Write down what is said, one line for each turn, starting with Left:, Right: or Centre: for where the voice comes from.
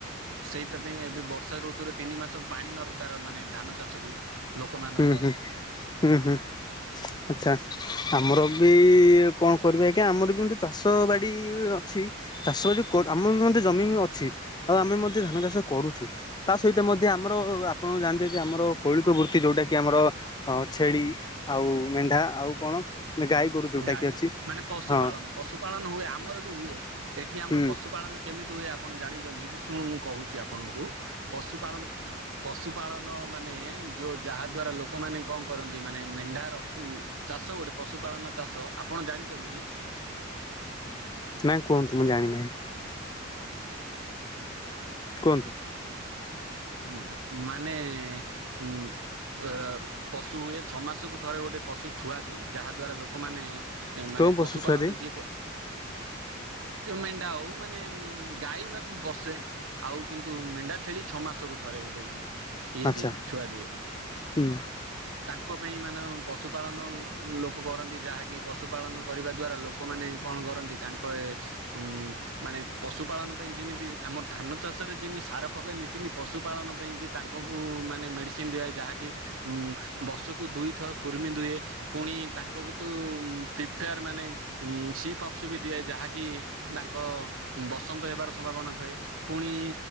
Right: ସେଇ ସେଥି ପାଇଁ ଏବେ ବର୍ଷା ଋତୁରେ ତିନି ମାସ ପାଣି ଦରକାର ମାନେ ଧାନ ଚାଷକୁ। ଲୋକମାନଙ୍କ
Left: ହୁଁ ହୁଁ ହୁଁ ହୁଁ ଆଚ୍ଛା। ଆମର ବି କଣ କରିବେ ଆଜ୍ଞା। ଆମର ବିମତି ଚାଷ ବାଡି ଅଛି। ଚାଷ ଆମ ବି ମଧ୍ୟ ଜମି ଅଛି। ଆଉ ଆମେ ମଧ୍ୟ ଧାନ ଚାଷ କରୁଛୁ। ତା ସହିତ ମଧ୍ୟ ଆମର ଆପଣ ଜାଣି ଯେ ଆମର କୌଳିକ ବୃ ଯୋଉଟାକି ଆମର ଛେଳି ଆଉ ମେଣ୍ଢା ଆଉ କଣ? ଗାଈ ଗୋରୁ ଯୋଉଟାକି
Right: ଗାଈ
Left: ଅଛି।
Right: ମାନେ ପଶୁପାଳନ
Left: ହଁ
Right: ପଶୁପାଳନ ହୁଏ। ଆମର ବି ହୁଏ। ଏଠି ଆମର
Left: ହୁଁ
Right: ପଶୁପାଳନ କେମିତି ହୁଏ। ଆପଣ ଜାଣିଛନ୍ତି ଶୁଣୁ କହୁଛି ଆପଣଙ୍କୁ ପଶୁପାଳନ ପଶୁପାଳନ ମାନେ ଯୋଉ ଯାହା ଦ୍ଵାରା ଲୋକଙ୍କୁ ମାନେ କଣ କରନ୍ତି ମାନେ ମେଣ୍ଢାର ଚାଷ ଗୋଟେ ପଶୁପାଳନ ଚାଷ ଆପଣ ଜାଣିଛନ୍ତି କି?
Left: ନାଇଁ କୁହନ୍ତୁ ମୁଁ ଜାଣିନାହିଁ। କୁହନ୍ତୁ।
Right: ହ ମାନେ ଉଁ ଅ ପଶୁ ହୁଏ ଛଅ ମାସକୁ ଥରେ ଗୋଟେ ପଶୁ ଛୁଆ ଦିଏ। ଯାହା ଦ୍ଵାରା ଲୋକମାନେ ମାନେ
Left: କେଉଁ
Right: ପଶୁ
Left: ଛୁଆ
Right: ପାଳନ
Left: ଦେଇ
Right: ଯିଏ
Left: <inaudible>
Right: ମେଣ୍ଢା ହଉ ମାନେ ଗାଈ ମାନେ ବର୍ଷେ ଆଉ କିନ୍ତୁ ମେଣ୍ଢା ଛେଳି ଛଅ ମାସକୁ ଥରେ ଗୋଟେ। ଇଏ
Left: ଆଚ୍ଛା
Right: ଦିଏ ଛୁଆ ଦିଏ
Left: ହୁଁ
Right: । ତାଙ୍କ ପାଇଁ ମାନେ ପଶୁପାଳନ ଲୋକ କରନ୍ତି। ଯାହାକି ପଶୁପାଳନ କରିବା ଦ୍ଵାରା ଲୋକମାନେ କଣ କରନ୍ତି ତାଙ୍କ ଏ ହୁଁ ମାନେ ପଶୁପାଳନ ପାଇଁ ଯେମିତି ଆମର ଧାନ ଚାଷରେ ଯେନ୍ତି ସାର ପକାନ୍ତି ସେନ୍ତି ପଶୁପାଳନ ପାଇଁ କି ତାଙ୍କକୁ ମାନେ ମେଡିସିନ୍ ଦିଆ ଯାହାକି ହୁଁ ବର୍ଷକୁ ଦୁଇଥର କୁରମିନ୍ ଦୁଏ ପୁଣି ତାଙ୍କକୁ ତୁ ପ୍ରିପେୟାର ମାନେ ସି ପକ୍ସ ବି ଦିଏ ଯାହାକି ତାଙ୍କ ବସନ୍ତ ହେବାର ସମ୍ଭାବନା ଥାଏ । ପୁଣି